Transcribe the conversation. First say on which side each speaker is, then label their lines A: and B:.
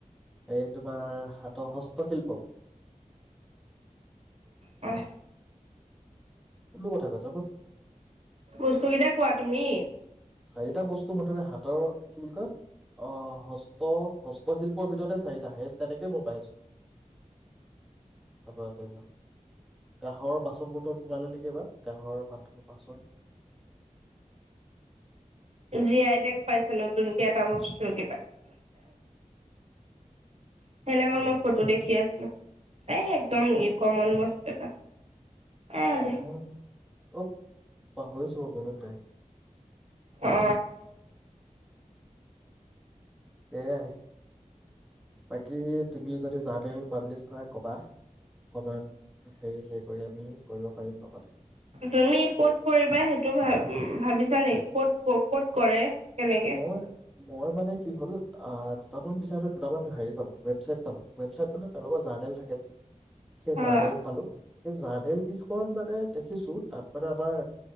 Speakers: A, in the centre; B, on the right.
A: এই তোমাৰ হাতৰ হস্তশিল্প
B: হয়
A: কোনো কথা কৈছ
B: বস্তুকেইটা কোৱা তুমি
A: চাৰিটা বস্ তো মুঠতে হাতৰ কি বুলি কয় আহ হস্ত হস্তশিল্পৰ ভিতৰতে চাৰিটা সেই তেনেকেই মই পাইছো তাপা তাপা কাঁহৰ বাচন বৰ্তন সোমালে নেক কি এবা কাহৰ বাতল পাচল
B: জি আই তেগ পাইছে নতুনকে এটা বস্তু কিবা সেনাখন
A: হয়
B: মই
A: নেকি
B: ফটো দেখি আছিলোঁ এ
A: আচ্ছা
B: একদম
A: আচ্ছা
B: ই কমন বস্ এটা এ দে
A: মই অব পাহৰিছো মই মনত নাই
B: অ
A: সেয়াই বাকী তুমি যদি জাৰ্নেল পাব্লিছ কৰাই কবাহ কময়ত হেৰি চেৰি কৰি আমি কৰিব পাৰিম লগতে।
B: তুমি কত কৰিবা সেইটো ভ ভাবিছ ছানি ক'ত ক ক'ত কৰে। কেনেকে
A: মই মই মানে কি হ'ল আহ দুটামান বিচাৰোতে দুটামান হেৰি পালো, ৱেবচাইট পালো। ৱেবচাইট মানে তেওঁলোকৰ জাৰ্নেল থাকে সেই
B: হা
A: জাৰ্নেল পালো সেই জাৰ্নেল কেইখন মানে দেখিছো তাত মানে আমাৰ